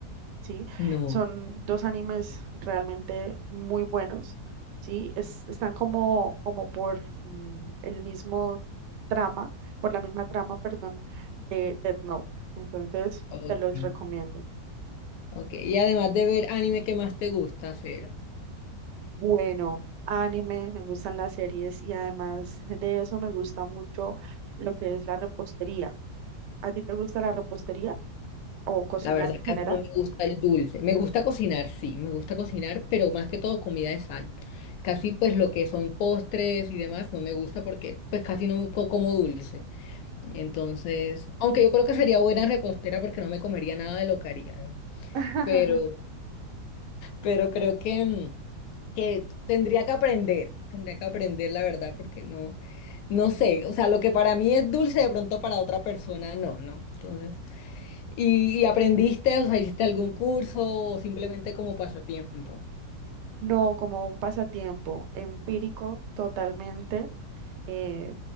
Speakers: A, on the right (about 80°); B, on the left (about 70°).
A: ¿sí?
B: No,
A: Son dos animes realmente muy buenos, ¿sí? Es- están como, como por mm, el mismo trama, por la misma trama, perdón, de Death Note. Entonces,
B: ok,
A: te los recomiendo.
B: ok. Y además de ver anime, ¿qué más te gusta hacer?
A: Bueno, anime, me gustan las series y además de eso me gusta mucho lo que es la repostería. ¿A ti te gusta la repostería o cocinar
B: La verdad, casi
A: en general?
B: no me gusta el dulce. Me gusta cocinar, sí, me gusta cocinar, pero más que todo comida de sal. Casi pues lo que son postres y demás no me gusta porque pues casi no co- como dulce. Entonces, aunque yo creo que sería buena repostera porque no me comería nada de lo que haría, ¿no?
A: <laughs>
B: Pero, pero creo que... mm, que tendría que aprender, tendría que aprender la verdad, porque no, no sé, o sea, lo que para mí es dulce, de pronto para otra persona no, ¿no? Entonces, ¿y, y aprendiste, o sea, hiciste algún curso o simplemente como pasatiempo?
A: No, como un pasatiempo empírico totalmente. eh,